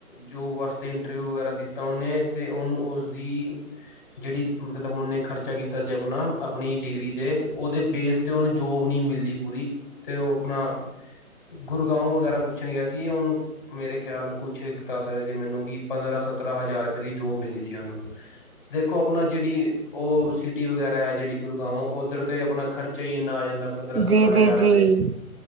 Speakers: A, on the left; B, on the right.
A: ਜੋਬ ਵਾਸਤੇ, ਇੰਟਰਵਿਊ ਵਗੈਰਾ ਦਿੱਤਾ ਉਹਨੇ, ਤੇ ਉਹਨੂੰ, ਹੋਰ ਵੀ ਜਿਹੜੀ ਮੱਤਲਬ ਉਹਨੇ, ਖਰਚਾ ਕੀਤਾ ਸੀ ਆਪਣਾ ਆਪਣੀ ਡਿਗਰੀ 'ਤੇ ਉਹਦੇ ਬੇਸ ਤੇ, ਉਹਨੂੰ ਜੋਬ ਨਹੀਂ ਮਿਲੀ ਪੂਰੀ, ਤੇ ਉਹ ਆਪਣਾ ਗੁੜਗਾਉ, ਵਗੈਰਾ ਪੁੱਛਣ ਗਿਆ ਸੀ। ਉਹਨੂੰ ਮੇਰੇ ਖਿਆਲ, ਕੁਛ ਦੱਸ ਰਹੇ ਸੀ। ਮੈਨੂੰ ਕਿ ਪੰਦਰਾਂ, ਸੱਤਰਾਂ ਹਜ਼ਾਰ ਰੁਪਏ ਦੀ, ਜੋਬ ਮਿਲੀ ਸੀ। ਉਹਨੂੰ ਦੇਖੋ, ਆਪਣਾ ਜਿਹੜੀ, ਉਹ ਸਿਟੀ ਵਗੈਰਾ, ਜਿਹੜੀ ਗੁੜਗਾਉ ਉੱਧਰ ਤੇ ਆਪਣਾ ਖਰਚਾ ਹੀ ਇੰਨਾ ਆ, ਜਾਂਦਾ ਪੰਦਰਾਂ
B: ਜੀ
A: ਸੱਤਰਾਂ
B: ਜੀ ਜੀ
A: ਹਜ਼ਾਰ
B: ਜੀ
A: ਰੁਪਏ,